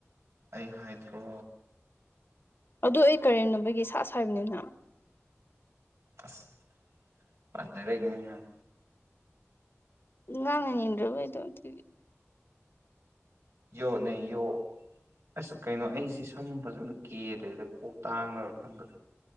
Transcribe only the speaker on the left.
ꯑꯗꯣ ꯑꯩ ꯀꯔꯦꯝꯅꯕꯒꯤ ꯁꯥꯁ ꯍꯥꯏꯕꯅꯤꯅ
ꯉꯥꯡꯅꯤꯡꯗ꯭ꯔꯕ ꯑꯩꯗꯣ ꯑꯗꯨꯒꯤ